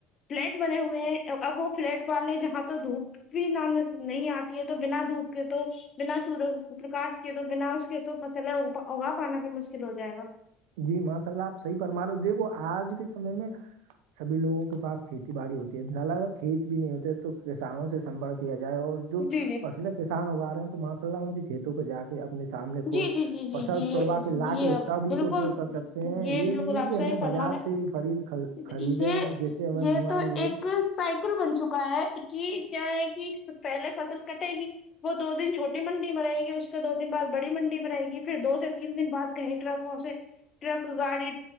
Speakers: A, on the left; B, on the right.
A: فلیٹ بنے ہوئے ہیں اب وہ فلیٹ والے جہاں تو دھوپ بھی نام نہیں آتی ہے تو بنا دھوپ کے تو بنا سور پرکاش کے تو بنا اس کے تو فصل ہے اگا پانا بھی مشکل ہو جائے گا
B: جی ماشاء اللہ آپ صحیح فرما رہو دیکھو آج کے سمے میں سبھیوگوں کے پاس کھیتی باڑی ہوتی ہے زال اگر کھیت بھی نہیں ہوتے ہیں تو کسانوں سے سمپرک کیا جائے اور جو
A: جی جی
B: فصل کسان اگا رہے ہیں تو ماشاء اللہ ان کے کھیتوں پہ جا کے اپنے سامنے خود
A: جی جی جی جی
B: پسل
A: جی یہ
B: توڑوا کے لا کے
A: یہ
B: اس
A: آپ
B: کا بھی
A: بالکل
B: اپیوگ کر سکتے ہیں یہ
A: بالکل
B: نہیں ہے
A: آپ
B: کہ
A: صحیح
B: ہمیں
A: فرما
B: بازار
A: رہے
B: سے ہی خرید
A: ہیں۔
B: خریدیں
A: یہ
B: جیسے ہمیں
A: یہ
B: بیماری
A: تو
B: ہو
A: ایک سائیکل بن چکا ہے جی کیا ہے کہ پہلے فصل کٹے گی وہ دو دن چھوٹی منڈی میں رہے گی اس کے دو دن بعد بڑی منڈی میں رہے گی پھر دو سے تین دن بعد کہیںٹراف سے ٹرک گاڑی